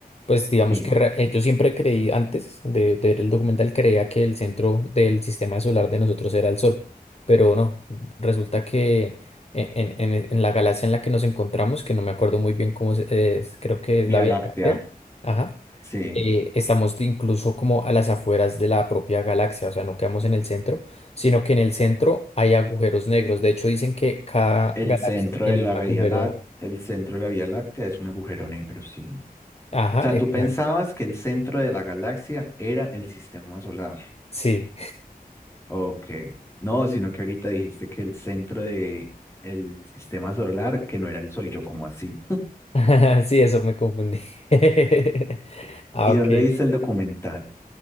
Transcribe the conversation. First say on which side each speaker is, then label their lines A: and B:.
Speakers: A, on the left; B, on the left.
A: pues digamos
B: Sí,
A: que re- eh, yo siempre creí, antes de, de ver el documental, creía que el centro del sistema solar de nosotros era el Sol, pero no, resulta que en, en- en- en la galaxia en la que nos encontramos, que no me acuerdo muy bien cómo es, es- creo que es
B: Vía
A: la Vía
B: Láctea,
A: Láctea, ajá
B: sí.
A: eh, estamos de- incluso como a las afueras de la propia galaxia, o sea, no quedamos en el centro, sino que en el centro hay agujeros negros. De hecho, dicen que cada
B: El
A: galaxia
B: centro
A: tiene
B: de la
A: un agujero.
B: Vía Láctea, el centro de la Vía Láctea es un agujero negro, sí.
A: Ajá,
B: O sea,
A: exacto.
B: tú pensabas que el centro de la galaxia era el sistema solar.
A: Sí,
B: Ok. No, sino que ahorita dijiste que el centro de el sistema solar, que no era el Sol, y yo como así.
A: <laughs> sí, eso me confundí. <laughs>
B: <laughs>
A: Ah,
B: ¿Y
A: ok.
B: dónde dice el documental?